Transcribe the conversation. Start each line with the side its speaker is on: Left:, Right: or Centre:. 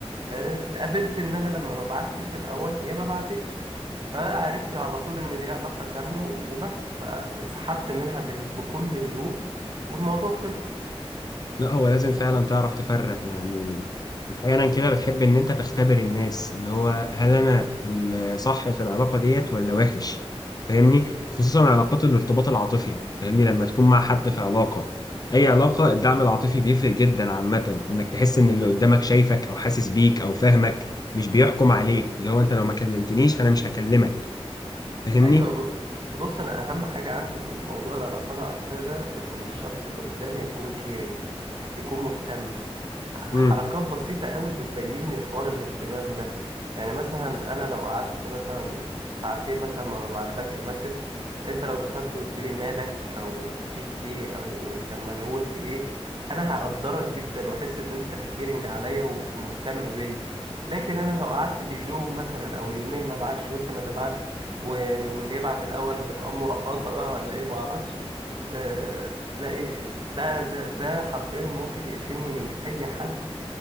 Right: آه، اتقابلت ان انا لما ما بعتش الاول هي ما بعتتش فعرفت على طول ان دي علاقة سامة وبس فانسحبت منها به- بكل هدوء والموضوع خلص
Left: لا هو لازم فعلا تعرف تفرق يعني احيانا كده بتحب ان انت تختبر الناس اللي هو هل انا الصح في العلاقه ديت ولا وحش فاهمني خصوصا علاقات الارتباط العاطفي فاهمني لما تكون مع حد في علاقه اي علاقه الدعم العاطفي بيفرق جدا عامه انك تحس ان اللي قدامك شايفك او حاسس بيك او فاهمك مش بيحكم عليك اللي هو انت لو ما كلمتنيش فانا مش هكلمك فاهمني
Right: ايوه ب- بص انا اهم حاجه عندي في موضوع العلاقات العاطفيه ده ان الشخص اللي قدامي يكون كيرنج يكون مهتم حركات
Left: امم
Right: بسيطة قوي بتبين لي حوار الاهتمام ده يعني مثلا أنا لو قعدت مثلا ساعتين مثلا ما ببعتلكش مسج أنت لو دخلت قلت لي مالك أو فيك إيه أو أنت مشغول في إيه أنا هقدرك جدا وأحس إن أنت كيرنج عليا و- ومهتم بيا لكن أنا لو قعدت باليوم مثلا أو اليومين ما بعتش وأنت ما تبعتش و- واللي يبعت الأول هتبقى مرقصة بقى ولا إيه معرفش آه، تلاقي ده ده ده حرفيا ممكن يقفلني من أي حد